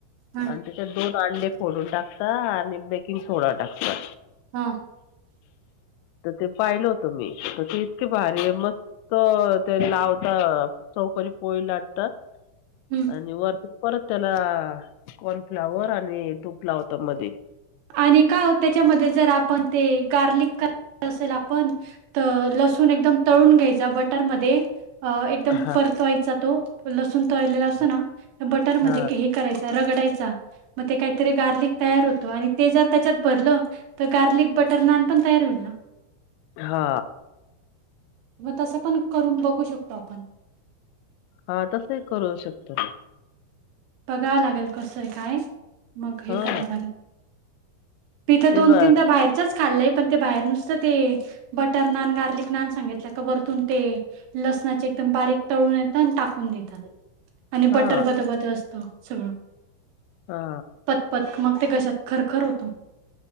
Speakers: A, on the right; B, on the left.
A: हा
B: आणि त्याच्यात दोन अंडे फोडून टाकता आणि बेकिंग सोडा टाकता
A: हा
B: तर ते पाहिलं होतं मी तर ते इतके भारी मस्त ते लावता चौकरी पोळी लाटतात
A: हम्म
B: आणि वर परत त्याला कॉर्नफ्लावर आणि तुपला होता मध्ये
A: आणि का त्याच्यामध्ये जर आपण ते गार्लिक क असेल आपण तर लसूण एकदम तळून घ्यायचा बटरमध्ये अ एकदम
B: हा
A: परतवायचा तो तो लसूण तळलेला असतो ना तर बटरमध्येध्ये
B: हा
A: हे करायचा रगडायचा मग ते काहीतरी गार्लिक तयार होतो आणि ते जर त्याच्यात भरल तर गार्लिक बटर नान पण तयार होईल ना
B: हा
A: मग तसं पण करून बघू शकतो आपण
B: हा तस करू शकतो
A: बघावं लागेल कसंय काय मग हे
B: हा
A: करावं लागेल तिथं
B: ते
A: दोन
B: ब
A: तीनदा बाहेरच खाल् पण ते बाहेर नुसत ते बटर नान गार्लिक नान सांगित का वतून ते ना एकदम बारीक तळून येतात आणि टाकून देतात आणि
B: हा
A: बटर बद बद असत सगळं
B: हा
A: पतपत मग ते घशात खरखर होतो